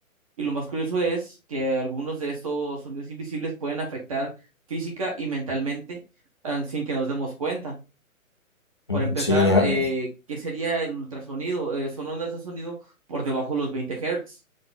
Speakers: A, on the right (about 25°); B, on the left (about 20°).
A: Y lo más curioso es que algunos de estos sonidos invisibles pueden afectar física y mentalmente ah, sin que nos demos cuenta. Para
B: Mm,
A: empezar,
B: Sí, ah,
A: eh, ¿qué sería el ultrasonido? Eh, son ondas de sonido por debajo de los veinte hertz